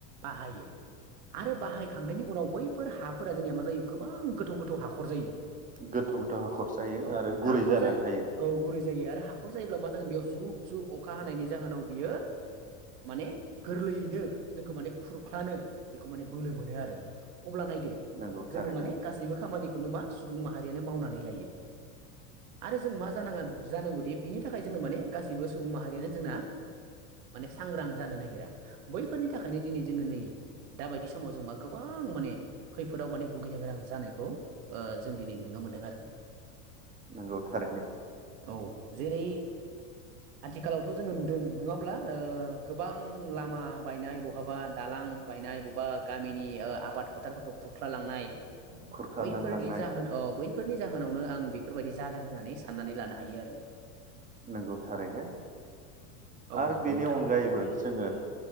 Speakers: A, on the right; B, on the right.
A: बाहायो आरो बाहायखांनायनि उनाव बैफोर हाफोरा जोंनिया मा जायो गोबां गोथौ गो थौ हाखर जायो
B: गोथौ गोथौ हाखर जायो
A: औ
B: आरो गुरै
A: हाखर
B: जानानै
A: जाया
B: थायो
A: औ गुरै जायो आरो हाखर जायोब्ला मा जागोन बेयाव जुब जुब अखा हानायनि जाहोनाव बियो माने गोरलैयैनो जोंखौ माने खुरख्लानो बेखौ माने बोलो मोनो आरो अब्ला नायदो
B: नंगौ
A: जोङो
B: थारैनो
A: माने गासैबो खामानिखौनो मा सुबुं माहारियानो मावनानै लायो आरो जों मा जानाङा जानांगौदि बिनि थाखाय जोङो माने गासैबो सुबुं माहारियानो जोंना माने सांग्रां जानो नागिरा बैफोरनि थाखायनो दिनै जोङो नै दा बायदि समाव जों मा गोबां माने खैफोदाव माने भुगिनो गोनां जानाय खौ ओ जों दिनै नुनो मोनदों आरो
B: नंगौ थारैनो
A: औ जेरै आथिखालावथ' जोङो नु दों नङाब्ला ओ गोबां लामा बायनाय बहाबा दालां बायनाय बबेबा गामिनि ओ आबाद फोथारफोरखौ खुरख्ला लांनाय
B: खुरखानानै
A: बैफोरनि
B: लांनाय
A: जाहोन ओ बैफोरनि जाहोनावनो आं बेफोरबायाददि जादों होननानै साननानै लानो हायो आरो
B: नंगौ थारैनो
A: औ
B: आरो
A: नंगौ
B: बेनि
A: नोंथां
B: अनगायैबो जोङो